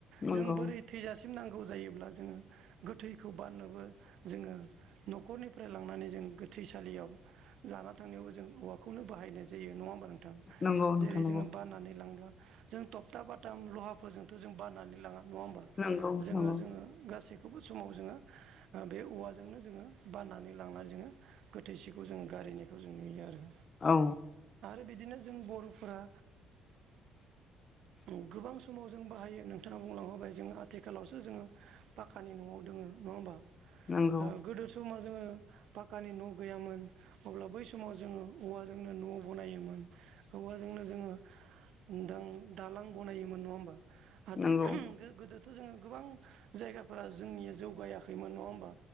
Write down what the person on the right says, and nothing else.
जों बोरै थैजासिम नांगौ जायोब्ला जोङो गोथैखौ बाननोबो जोङो न'खरनि फ्राय लांनानै जों गोथैसालियाव जाना थांनायावबो जों औवाखौनो बाहायनाय जायो नङा होमबा नोंथां
जेरै
जोङो बनानै लांब्ला जों टगथा बाथाम लहाफोरजोंथ' जों बाननानै लाङा नङा होमबा।
जोङो-जोङो
गासैखौबो समाव जोङो बे औवाजोंनो जोङो बाननानै लांना जोङो गोथैसिखौ जों गारिनायखौ जों नुयो आरो।
आरो बिदिनो जों बर'फोरा ओ गोबां समाव जों बाहायो नोंथाङा बुंलां होबाय जों आथिखालावसो जोङो पाक्कानि न'आव दोङो नङा होमबा
ओ गोदो समा जोङो पाक्कानि न' गैयामोन अब्ला बै समाव जोङो औवाजोंनो न' बनायोमोन। औवाजोंनो जोङो दां दालां बनायोमोन नङा होमबा। हाथे
<unintelligible> गो-गोदोथ' जोङो गोबां जायगाफोरा जोंनिया जौगायाखैमोन नङा होमबा।